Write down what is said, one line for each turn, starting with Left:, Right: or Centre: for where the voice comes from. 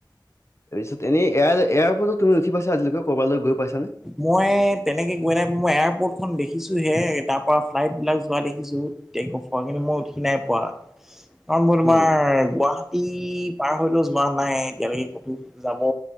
Left: পিছত এনে এয় এয়াৰপৰ্ট তুমি উঠি পাইছা আজিলৈে কৰবালৈ গৈ পাইছানে
Centre: মই তেনেকে গৈ নাই পা মই এয়াৰপৰ্টখন দেখিছোহে তাৰ পৰা ফ্লাইট বিলাক যোৱা দেখিছো <unintelligible> কিন্তু মই উঠি নাই পোৱা কাৰণ মই তোমাৰ
Left: উম,
Centre: গুৱাহাটী গুৱাহাটী পাৰ হৈ টো যোৱা নাই এতিয়ালৈকে ক'তো যাব